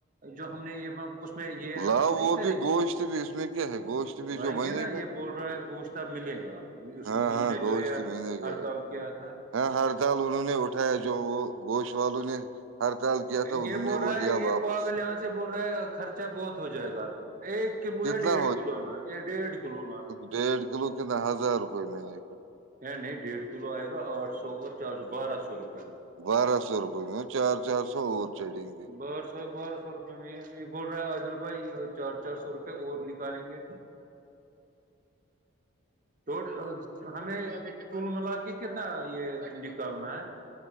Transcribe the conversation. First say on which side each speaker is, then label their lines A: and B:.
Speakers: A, on the right (about 40°); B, on the right (about 70°).
A: جو ہم نے یہ میں یہ
B: لاؤ
A: ہم نہیں
B: وہ
A: کریں
B: بھی
A: گے
B: گوشت بھی اس میں کیا ہے گوشت بھی
A: لائیں
B: جو بنے
A: گے نا
B: گا
A: یہ ب بول رہا ہے گوشتب ملے گا اس
B: ہاں
A: انہوں
B: ہاں
A: نے جو
B: گوشت
A: ہے
B: بنے
A: ہڑتال
B: گا
A: کیا تھا
B: ہاں ہڑتال انہوں نے اٹھایا جو وہ گوش والوں نے ہڑتال کیا تھا انہوں
A: یہ بول
B: نے وہ
A: رہا
B: لیا
A: ہے یہ
B: واپس
A: پاگل یہاں سے بول رہے ہے خرچہ بہت ہو جائے گا ایک کلو
B: کتنا
A: یا ڈیڑھ کلو لانا ڈیڑھ کلو لانا
B: ڈیھ کلو ک نہ ہزار روپے میں آے گا
A: نہیں ڈیھ کلو آئے گا آٹھ سو اور چار سو بارہ سو روپئے
B: بارہ سو روپے میں وہ چار چار سو اور چڑھیں گے
A: بر سر ب سر یہ بول رہا ہے ع اجل بھائی چار چار سو روپے اور نکالیں گے توٹ <inaudible> ہمیں کل ملا کے کتنا یہ نکالنا ہے